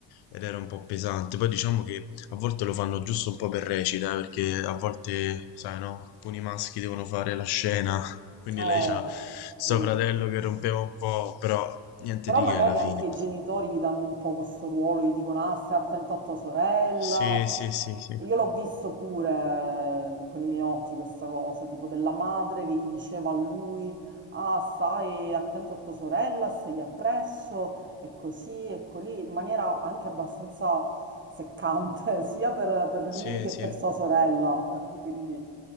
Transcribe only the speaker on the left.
ed era un po' pesante. Poi diciamo che a volte lo fanno giusto un po' per recita, eh, perché a volte, sai, no, alcuni maschi devono fare la scena, <laughs> quindi
lei c'ha sto
fratello che rompeva un po', però niente
di
che alla fine.
Sì, sì, sì, sì.
Sì,
sì.